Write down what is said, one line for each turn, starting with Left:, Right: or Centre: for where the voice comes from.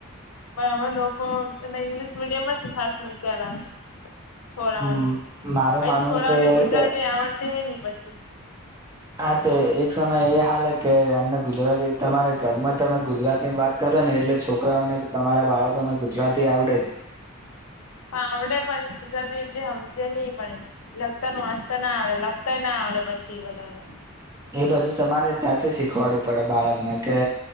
Left: પણ અમે લોકો બધા ઈંગ્લિશ મીડિયમ જ ખાસ મૂકેલા છોરાઓને
Right: હમ મારું
Left: પઇ
Right: માનવું
Left: છોરાઓને
Right: તો એ
Left: ગુજરાતી
Right: કે
Left: આવડતી હે ની પછી
Right: હા તે એક સમય એ હાલે કે અમને ગુજરાતી તમારે ઘરમાં તમે ગુજરાતીમાં વાત કરો ને એટલે છોકરાઓને તમારા બાળકોને ગુજરાતી આવડે જ
Left: હા આવડે પણ ગુજરાતી એટલી હમજે નઈ પડે લખતા વાંચતા ના આવડે લખતાય ના આવડ આવડે પછી બધાને
Right: એ બધું તમારે સાથે શીખવાડવુ પડે બાળકને કે